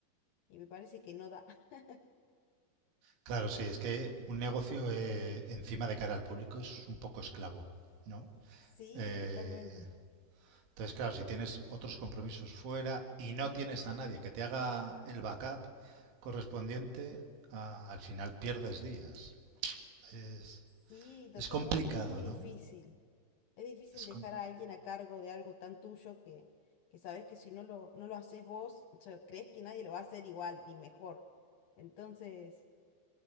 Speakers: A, on the left; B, on the right.
A: y me parece que no da. <laughs>
B: Claro, sí, es que un negocio eh, encima de cara al público es un poco esclavo, ¿no?
A: Sí,
B: Eh,
A: totalmente.
B: Entonces, claro, si tienes otros compromisos fuera y no tienes a nadie que te haga el backup correspondiente, ah, al final pierdes días. Es,
A: Sí, totalmente,
B: es complicado,
A: es muy
B: ¿no?
A: difícil. Es difícil
B: Es
A: dejar
B: com-
A: a alguien a cargo de algo tan tuyo que, que sabes que si no lo, no lo haces vos, o sea, crees que nadie lo va a hacer igual ni mejor. Entonces,